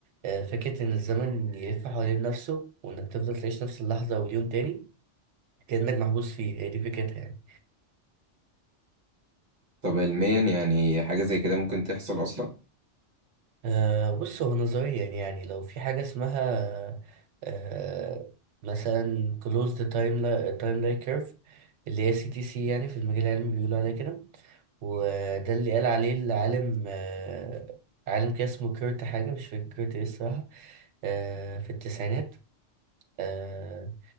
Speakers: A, on the right; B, on the right.
A: آه فكره ان الزمن يلف حوالين نفسه وانك تفضل تعيش نفس اللحظه واليوم تاني كانك محبوس فيه هي دي فكرتها يعني
B: طب علميا يعني حاجة زي كده ممكن تحصل أصلا؟
A: أه بص هو نظريا يعني لو في حاجة اسمها أه مثلا closed time timeline curve اللي هي سي تي سي يعني في المجال العلمي بيقولوا عليها كده وده اللي قال عليه العالم أه عالم كده اسمه كيرت حاجة مش فاكر كيرت ايه الصراحة أه في التسعينات أه